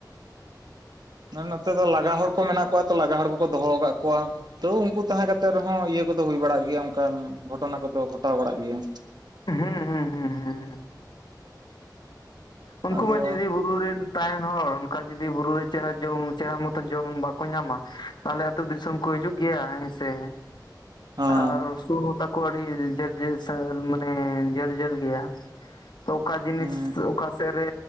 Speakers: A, on the right (about 65°); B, on the left (about 75°).
A: ᱟᱨ ᱱᱚᱛᱮ ᱫᱚ ᱞᱟᱜᱟ ᱦᱚᱲ ᱠᱚ ᱢᱮᱱᱟᱜ ᱠᱚᱣᱟ ᱛᱚ ᱞᱟᱜᱟ ᱦᱚᱲ ᱠᱚᱠᱚ ᱫᱚᱦᱚ ᱟᱠᱟᱫ ᱠᱚᱣᱟ ᱛᱚ ᱩᱱᱠᱩ ᱛᱟᱦᱮᱸ ᱠᱟᱛᱮᱜ ᱨᱮᱦᱚᱸ ᱤᱭᱟᱹ ᱠᱚᱫᱚ ᱦᱩᱭ ᱵᱟᱲᱟᱜ ᱜᱮᱭᱟ ᱚᱱᱠᱟᱱ ᱜᱷᱚᱴᱚᱱᱟ ᱠᱚᱫᱚ ᱜᱷᱚᱴᱟᱣ ᱵᱟᱲᱟᱜ ᱜᱮᱭᱟ
B: ᱦᱩᱸᱻ ᱦᱩᱸ ᱦᱩᱸ ᱦᱩᱸ ᱦᱩᱸ ᱩᱱᱠᱩ
A: ᱟᱫᱚ
B: ᱢᱟ ᱡᱤᱫᱤ ᱵᱩᱨᱩ ᱨᱤᱱ ᱛᱟᱦᱮᱱ ᱦᱚᱲ ᱚᱱᱠᱟ ᱡᱩᱫᱤ ᱵᱩᱨᱩ ᱨᱮ ᱪᱮᱬᱮ ᱡᱚᱢ ᱪᱮᱦᱨᱟ ᱢᱚᱛᱚ ᱡᱚᱢ ᱵᱟᱠᱚ ᱧᱟᱢᱟ ᱛᱟᱦᱞᱮ ᱟᱹᱛᱩ ᱫᱤᱥᱚᱢ ᱠᱚ ᱦᱤᱡᱩᱜ ᱜᱮᱭᱟ ᱦᱮᱸᱥᱮ
A: ᱦᱮᱸ
B: ᱟᱨ ᱥᱩᱨ ᱦᱚᱸ ᱛᱟᱠᱚ ᱟᱹᱰᱤ ᱡᱷᱟᱹᱞ ᱡᱷᱟᱹᱞ ᱥᱟᱹᱞ ᱢᱟᱱᱮ ᱡᱷᱟᱹᱞ ᱡᱷᱟᱹᱞ ᱜᱮᱭᱟ ᱛᱚ ᱚᱠᱟ ᱡᱤᱱᱤᱥ
A: ᱦᱮᱸ
B: ᱚᱠᱟ ᱥᱮᱫ ᱨᱮ